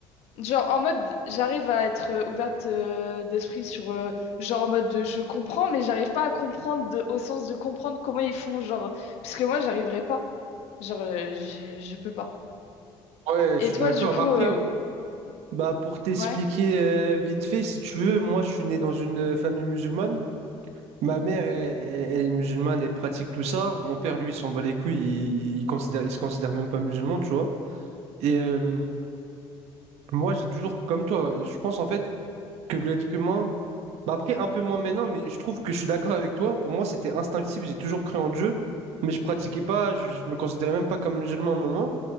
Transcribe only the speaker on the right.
Ouais,
je suis
d'accord.
Bah après,
oh, bah pour t'expliquer
euh, vite fait, si tu veux, moi je suis né dans une euh, famille musulmane. Ma mère, elle, elle- elle est musulmane, elle pratique tout ça. Mon père, lui, il s'en bat les couilles, il, il considère, il se considère même pas musulman, tu vois. Et euh, moi, j'ai toujours, comme toi, je pense en fait, que l'être humain. Bah après, un peu moins maintenant, mais je trouve que je suis d'accord avec toi. Pour moi, c'était instinctif, j'ai toujours cru en Dieu, mais je pratiquais pas, je, je me considérais même pas comme musulman à un moment.